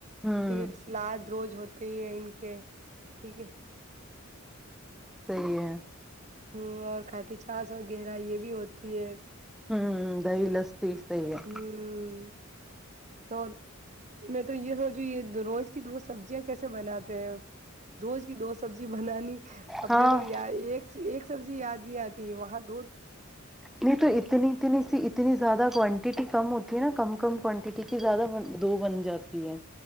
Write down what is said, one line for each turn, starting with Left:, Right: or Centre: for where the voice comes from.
Centre: ہوں
Right: پھر سلاد دروج ہوتے ہی ان ٹھیک ہے
Centre: صحی ہے
Right: ہوں اور کٹی چاس وغیرہ یہ بھی ہوتی ہے
Centre: ہوں دہ لس صی صحیح ہے
Right: ہوں تو میں تو یہ سوچوں یہ روز کی دو سبزیاں کیسے بناتے ہیں روز کی دو سبزی بنانی اپنے
Centre: ہاں
Right: کو تو یا ایک سبزی یاد نہیں آتی فی مت
Centre: نہیں تو اتنی اتنی سی اتنی زیادہ کوانٹی کم ہوتی ہے نا کم کم کوانٹٹی کی زیادہ دو بن جاتی ہے